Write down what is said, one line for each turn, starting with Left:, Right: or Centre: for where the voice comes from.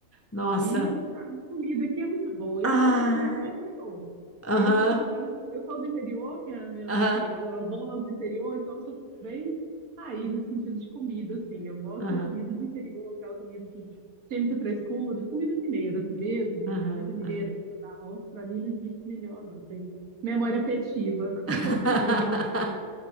Left: Nossa.
Right: E a comida aqui é muito boa.
Left: Ai,
Right: Eu sou apaixonada com o interior.
Left: Aham.
Right: Eu sou apaixonada, por- eu sou do interior, minha, minha
Left: Aham.
Right: criada, minha avó é do interior, então eu sou bem raiz no sentido de comida, assim. Eu gosto
Left: Aham.
Right: da comida do interior, aquela comida assim, sem muita frescura, de comida mineira, assim mesmo.
Left: Aham.
Right: Comida mineira,
Left: Aham.
Right: que da roça, para mim não existe melhor, não. Tem memória afetiva <laughs> com
Left: <laughs>
Right: as comidas aqui.